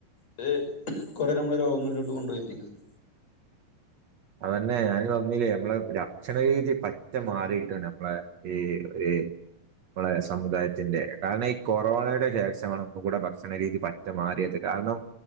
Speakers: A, on the left; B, on the right.
A: ത് കുറേ നമ്മളെ രോഗങ്ങളിലോട്ട് കൊണ്ടോയി എത്തിക്കുന്നു
B: അതന്നെ ഞാന് പറഞ്ഞില്ലേ നമ്മളെ ഭക്ഷണ രീതി പറ്റ മാറിയിട്ട് നമ്മളെ ഈ ഒര് നമ്മളെ സമുദായത്തിന്റെ കാരണം ഈ കൊറോണയുടെ ശേഷമാണ് ഒന്നും കൂടെ ഭക്ഷണ രീതി പ റ്റ മാറിയത് കാരണം